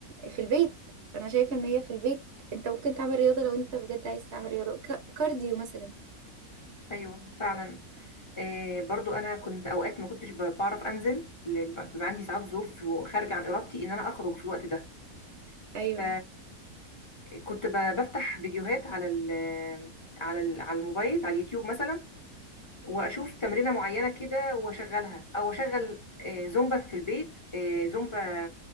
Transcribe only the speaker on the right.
في البيت انا شايفه ان هي في البيت انت ممكن تعمل رياضه لو انت بجد عايز تعمل رياضه ك- كارديو مثلا
ايوه